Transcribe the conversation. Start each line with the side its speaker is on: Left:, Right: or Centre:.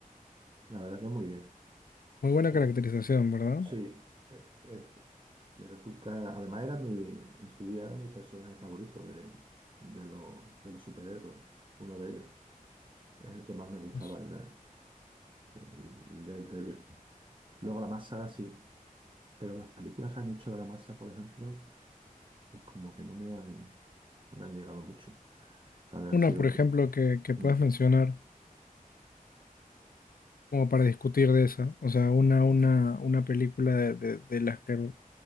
Right: la verdad que muy bien.
Left: Muy buena
Right: Eh,
Left: caracterización, ¿verdad?
Right: sí, eh, es- me resulta, además era mi, en su día era mi personaje favorito de, de, los de los superhéroes, uno de ellos. Es el que más me gustaba,
Left: Pues,
Right: el, de- el Daredevil. Luego la masa, sí. Pero las películas que han hecho de la masa, por ejemplo, pues como que no me han, no me han llegado mucho. O sea, me han
Left: Una,
Right: sido
Left: por
Right: otro.
Left: ejemplo, que, que puedas
Right: Mm.
Left: mencionar como para discutir de esa. O sea, una, una, una película de, de, de las que